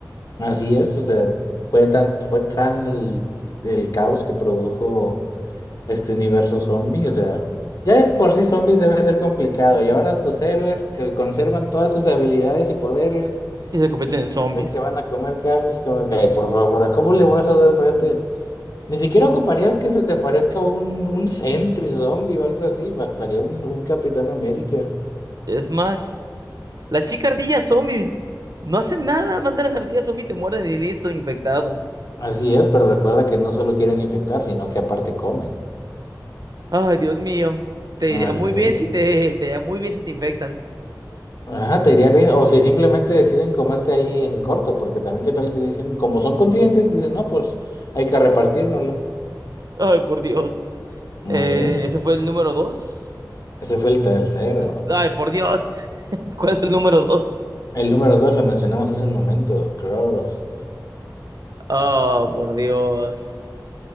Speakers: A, on the left (about 55°); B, on the right (about 60°).
A: Así es, o sea, fue tan, fue tan el, el caos que produjo este universo zombie, o sea, ya de por sí zombies debe ser complicado, y ahora tus héroes que conservan todas sus habilidades y poderes,
B: y se convierten en zombies.
A: dicen que van a comer carnes, como que, ay, por favor, ¿a cómo le vas a dar frente? Ni siquiera ocuparías que se te parezca un, un sentry zombie o algo así, bastaría un, un Capitán América.
B: Es más, la chica ardilla zombie no hace nada, manda las ardillas zombie, te muerden y listo, infectado.
A: Así es, pero recuerda que no solo quieren infectar, sino que aparte comen.
B: Ay, Dios mío, te diría
A: Así
B: muy bien
A: es.
B: si te, <laughs> te iría muy bien si te infectan.
A: Ajá, te iría bien. O si simplemente deciden comerte ahí en corto, porque también qué tal si dicen, como son conscientes, dicen, no, pues hay que repartírnoslo.
B: Ay, por Dios.
A: Eh,
B: Eh, ese fue el número dos.
A: ese fue el tercero.
B: El- Ay, por Dios. <laughs> ¿Cuál es el número dos?
A: El número dos lo mencionamos hace un momento, Cross.
B: Oh, por Dios.